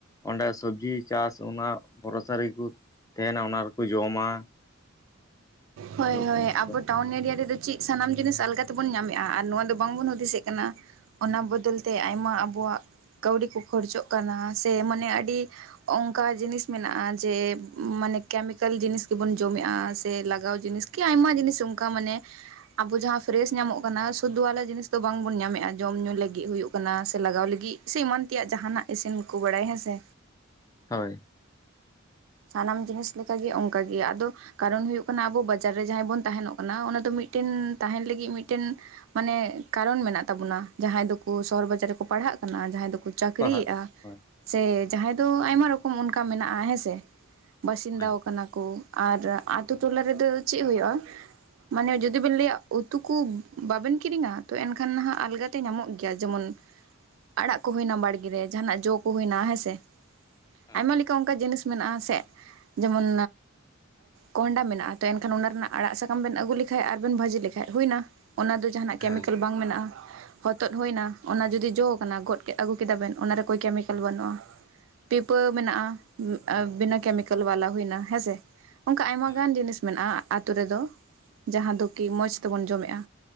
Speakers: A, on the left (about 15°); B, on the right (about 65°).
A: ᱚᱸᱰᱮ ᱥᱚᱵᱡᱤ ᱪᱟᱥ ᱚᱱᱟ ᱵᱷᱚᱨᱥᱟ ᱨᱮ ᱜᱮ ᱠᱚ ᱛᱟᱦᱮᱱᱟ ᱚᱱᱟ ᱨᱮ ᱠᱚ ᱡᱚᱢᱟ᱾
B: ᱦᱳᱭ
A: ᱥᱚᱵ
B: ᱦᱳᱭ
A: ᱩᱱᱠᱩ
B: ᱟᱵᱚ
A: ᱫᱚ᱾
B: ᱴᱟᱣᱩᱱ ᱮᱨᱤᱭᱟ ᱨᱮ ᱫᱚ ᱪᱮᱫ ᱥᱟᱱᱟᱢ ᱡᱤᱱᱤᱥ ᱟᱞᱜᱟ ᱛᱮᱵᱚᱱ ᱧᱟᱢᱮᱫ-ᱟ᱾ ᱟᱨ ᱱᱚᱣᱟ ᱫᱚ ᱵᱟᱝ ᱵᱚᱱ ᱦᱩᱫᱤᱥ ᱮᱜ ᱠᱟᱱᱟ᱾ ᱚᱱᱟ ᱵᱚᱫᱚᱞ ᱛᱮ ᱟᱭᱢᱟ ᱟᱵᱚᱣᱟᱜ ᱠᱟᱹᱣᱰᱤ ᱠᱚ ᱠᱷᱚᱨᱪᱚᱜ ᱠᱟᱱᱟ ᱥᱮ ᱢᱟᱱᱮ ᱟᱹᱰᱤ ᱚᱝᱠᱟ ᱡᱤᱱᱤᱥ ᱢᱮᱱᱟᱜ-ᱟ᱾ ᱡᱮ ᱢᱟᱱᱮ ᱠᱮᱢᱤᱠᱮᱞ ᱡᱤᱱᱤᱥ ᱜᱮ ᱵᱚᱱ ᱡᱚᱢᱮᱜ-ᱟ ᱥᱮ ᱞᱟᱜᱟᱣ ᱡᱤᱱᱤᱥ ᱠᱤ ᱟᱭᱢᱟ ᱡᱤᱱᱤᱥ ᱚᱝᱠᱟ ᱢᱟᱱᱮ ᱟᱵᱚ ᱡᱟᱦᱟᱸ ᱯᱷᱨᱮᱥ ᱧᱟᱢᱚᱜ ᱠᱟᱱᱟ᱾ ᱥᱩᱫᱩᱟᱣᱞᱟ ᱡᱤᱱᱤᱥ ᱫᱚ ᱵᱟᱝ ᱵᱚᱱ ᱧᱟᱢᱮᱜ-ᱟ᱾ ᱡᱚᱢ ᱧᱩ ᱞᱟᱹᱜᱤᱫ ᱦᱩᱭᱩᱜ ᱠᱟᱱᱟ ᱥᱮ ᱞᱟᱜᱟᱣ ᱞᱟᱹᱜᱤᱜ᱾ ᱥᱤ ᱮᱢᱟᱱ ᱛᱮᱭᱟᱜ ᱡᱟᱦᱟᱱᱟᱜ ᱤᱥᱤᱱ ᱠᱚ ᱵᱟᱲᱟᱭ ᱦᱮᱸ ᱥᱮ᱾
A: ᱦᱳᱭ᱾
B: ᱥᱟᱱᱟᱢ ᱡᱤᱱᱤᱥ ᱞᱮᱠᱟᱜᱮ ᱚᱱᱠᱟᱜᱮ ᱟᱫᱚ ᱠᱟᱨᱚᱱ ᱦᱩᱭᱩᱜ ᱠᱟᱱᱟ ᱟᱵᱚ ᱵᱟᱡᱟᱨ ᱨᱮ ᱡᱟᱦᱟᱸᱭ ᱵᱚᱱ ᱛᱟᱦᱮᱱ ᱚᱜ ᱠᱟᱱᱟ᱾ ᱚᱱᱟ ᱫᱚ ᱢᱤᱫᱴᱮᱱ ᱛᱟᱦᱮᱱ ᱞᱟᱹᱜᱤᱫ ᱢᱤᱫᱴᱮᱱ ᱢᱟᱱᱮ ᱠᱟᱨᱚᱱ ᱢᱮᱱᱟᱜ ᱛᱟᱵᱚᱱᱟ ᱡᱟᱦᱟᱸᱭ ᱫᱚ ᱠᱚ ᱥᱚᱦᱚᱨ ᱵᱟᱡᱟᱨ ᱨᱮ ᱠᱚ ᱯᱟᱲᱦᱟᱜ ᱠᱟᱱᱟ ᱡᱟᱦᱟᱸᱭ ᱫᱚ ᱠᱚ ᱪᱟᱹᱠᱷᱨᱤᱭᱮᱜ-ᱟ᱾
A: ᱯᱟᱲᱦᱟᱜ ᱦᱳᱭ
B: ᱥᱮ
A: ᱦᱩᱸ
B: ᱡᱟᱦᱟᱸᱭ ᱫᱚ ᱟᱭᱢᱟ ᱨᱚᱠᱚᱢ ᱚᱱᱠᱟ ᱢᱮᱱᱟᱜ-ᱟ᱾ ᱦᱮᱸ ᱥᱮ ᱵᱟᱥᱤᱱ
A: ᱦᱳᱭ
B: ᱫᱟᱣ ᱠᱟᱱᱟ ᱠᱚ ᱟᱨ ᱟᱛᱳ ᱴᱚᱞᱟ ᱨᱮᱫᱚ ᱪᱮᱫ ᱦᱳᱭᱳᱜ-ᱟ᱾ ᱢᱟᱱᱮ ᱡᱩᱫᱤ ᱵᱮᱱ ᱞᱟᱹᱭᱟ ᱩᱛᱩ ᱠᱩ ᱵᱟᱵᱮᱱ ᱠᱤᱨᱤᱧᱟ ᱛᱚ ᱮᱱ ᱠᱷᱟᱱ ᱱᱟᱦᱟᱜ ᱟᱞᱜᱟ ᱛᱮ ᱧᱟᱢᱚᱜ ᱜᱮᱭᱟ᱾ ᱡᱮᱢᱚᱱ ᱟᱲᱟᱜ ᱠᱚ ᱦᱩᱭᱱᱟ ᱵᱟᱲᱜᱮ ᱨᱮ ᱡᱟᱸᱦᱟ ᱱᱟᱜ ᱡᱚ ᱠᱚ ᱦᱩᱭᱱᱟ ᱦᱮᱸᱥᱮ᱾
A: ᱦᱳᱭ
B: ᱟᱭᱢᱟ ᱞᱮᱠᱟ ᱚᱱᱠᱟ ᱡᱤᱱᱤᱥ ᱢᱮᱱᱟᱜ-ᱟ᱾ ᱥᱮ ᱡᱮᱢᱚᱱ ᱠᱚᱸᱦᱚᱰᱟ ᱢᱮᱱᱟᱜ-ᱟ᱾ ᱛᱚ ᱮᱱᱠᱷᱟᱱ ᱚᱱᱟ ᱨᱮᱱᱟᱜ ᱟᱲᱟᱜ ᱥᱟᱠᱟᱢ ᱵᱮᱱ ᱟᱹᱜᱩ ᱞᱮᱠᱷᱟᱡ ᱟᱨ ᱵᱮᱱ ᱵᱷᱟᱹᱡᱤ ᱞᱮᱠᱷᱟᱡ ᱦᱩᱭᱱᱟ᱾ ᱚᱱᱟ ᱫᱚ ᱡᱟᱦᱟᱱᱟᱜ ᱠᱮᱢᱤᱠᱮᱞ
A: ᱦᱮᱸ
B: ᱵᱟᱝ ᱵᱮᱱᱟᱜ-ᱟ᱾ ᱦᱚᱛᱚᱫ ᱦᱳᱭ ᱱᱟ ᱚᱱᱟ ᱡᱩᱫᱤ ᱡᱚ ᱠᱟᱱᱟ ᱜᱚᱫ ᱠᱮᱫ ᱟᱹᱜᱩ ᱠᱮᱫᱟ ᱵᱮᱱ ᱚᱱᱟ ᱨᱮ ᱠᱳᱭ ᱠᱮᱢᱤᱠᱮᱞ ᱵᱟᱹᱱᱩᱜ-ᱟ᱾ ᱯᱤᱯᱟᱹ ᱢᱮᱱᱟᱜ-ᱟ᱾ ᱵᱤᱱᱟᱹ ᱠᱮᱢᱤᱠᱮᱞ ᱵᱟᱞᱟ ᱦᱩᱭᱱᱟ ᱦᱮᱸᱥᱮ ᱚᱱᱠᱟ ᱟᱭᱢᱟ
A: ᱦᱳᱭ
B: ᱜᱟᱱ ᱡᱤᱱᱤᱥ ᱢᱮᱱᱟᱜ-ᱟ᱾ ᱟᱛᱳ ᱨᱮᱫᱚ ᱡᱟᱦᱟᱸ ᱫᱚ ᱠᱤ ᱢᱚᱸᱡᱽ ᱛᱮᱵᱚᱱ ᱡᱚᱢᱮᱜ-ᱟ᱾